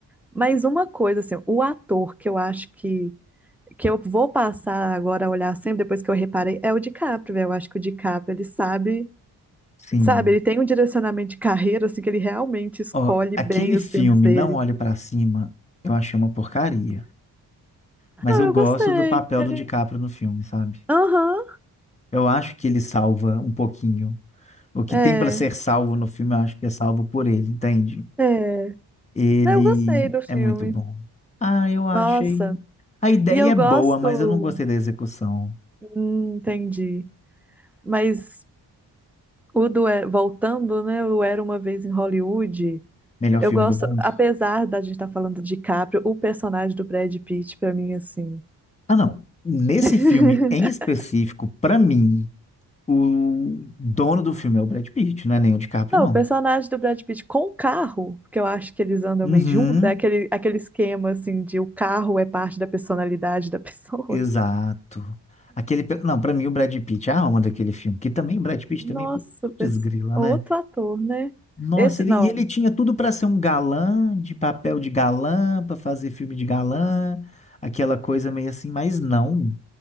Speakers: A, in the centre; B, on the left (about 15°).
A: mas uma coisa, assim, o ator que eu acho que, que eu vou passar agora a olhar sempre, depois que eu reparei, é o DiCaprio, velho. Eu acho que o DiCaprio, ele sabe,
B: sim.
A: sabe, ele tem um direcionamento de carreira, assim, que ele realmente escolhe
B: Ó, aquele
A: bem os
B: filme,
A: filmes dele.
B: Não Olhe Pra Cima, eu achei uma porcaria. Mas
A: Não,
B: eu
A: eu
B: gosto
A: gostei.
B: do papel
A: Ele-
B: do DiCaprio no filme, sabe?
A: Aham,
B: Eu acho que ele salva um pouquinho. O que
A: é,
B: tem para ser salvo no filme, eu acho que é salvo por ele, entende?
A: é.
B: Ele
A: É, Eu gostei do filme.
B: é muito bom. Ah, eu achei.
A: Nossa,
B: A ideia
A: e eu
B: é
A: gosto.
B: boa, mas eu não gostei da execução.
A: hum, entendi. Mas o do É- voltando, né? O Era Uma Vez em Hollywood.
B: Melhor
A: Eu
B: filme
A: gosto,
B: do mundo?
A: apesar da gente estar falando de Caprio, o personagem do Brad Pitt, pra mim, assim.
B: Ah, não. Nesse
A: <laughs>
B: filme em específico, para mim, o dono do filme é o Brad Pitt, não é nem o DiCaprio,
A: Não,
B: não.
A: o personagem do Brad Pitt com o carro, porque eu acho que eles andam
B: Uhum,
A: meio juntos, é aquele, aquele esquema, assim, de o carro é parte da personalidade da <laughs> pessoa.
B: exato. Aquele, pe- não, para mim o Brad Pitt é a alma daquele filme, que também o Brad Pitt
A: Nossa,
B: também, putz,
A: pers-
B: grila,
A: outro
B: né?
A: ator, né?
B: Nossa,
A: Esse,
B: ele,
A: não,
B: e ele tinha tudo para ser um galã, de papel de galã, para fazer filme de galã, aquela coisa meio assim, mas não.